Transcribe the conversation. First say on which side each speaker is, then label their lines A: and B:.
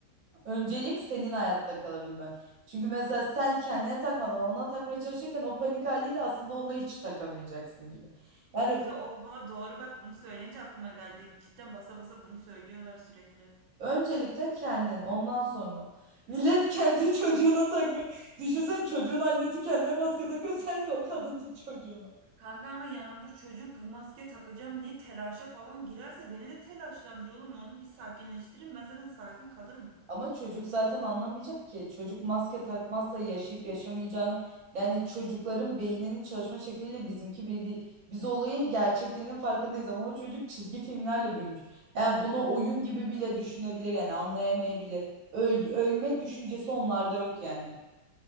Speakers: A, on the right (about 60°); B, on the right (about 85°).
A: Öncelik senin hayatta kalabilmen. Çünkü mesela sen kendine takmadan ona takmaya çalışırken o panik haliyle aslında ona hiç takamayacaksın gibi. Yani
B: Gizli oha doğru bak bunu söyleyince aklıma geldi. Cidden basa basa bunu söylüyorlar sürekli.
A: öncelikle kendin, ondan sonra. Millet kendi <laughs> çocuğuna takmıyor. Düşünsene çocuğun annesi kendine maske takıyor, sen de o kadının <laughs> çocuğuna.
B: Kanka ama yanımda çocuk maske takacağım diye telaşa falan girerse beni de telaşlandır oğlum. Onu bir sakinleştirin. Ben zaten sakin kalırım.
A: Ama çocuk zaten anlamayacak ki. Çocuk maske takmazsa yaşayıp yaşamayacağını yani çocukların beyninin çalışma şekliyle bizimki bir değil. Biz olayın gerçekliğinin farkındayız ama o çocuk çizgi filmlerle büyümüş. Yani bunu oyun gibi bile düşünebilir yani anlayamayabilir. Öl- ölme düşüncesi onlarda yok yani.